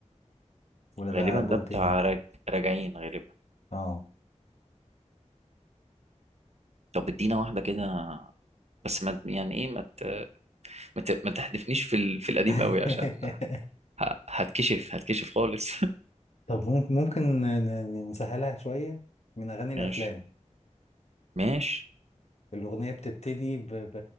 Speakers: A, on the left; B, on the right.
A: ولا ده
B: غالبا
A: البوم
B: ده بتاع
A: تاني
B: رج... راجعين غالبا
A: اه
B: طب ادينا واحدة كده بس ما يعني ايه ما ت- ما ت- ما تحدفنيش في ال... في القديم
A: <laughs>
B: قوي عشان ه... هتكشف هتكشف خالص
A: طب ممكن ممكن ن- نسهلها شويه من اغاني
B: <laughs>
A: الافلام
B: ماشي ماشي
A: الأغنية بتبتدي ب... ب...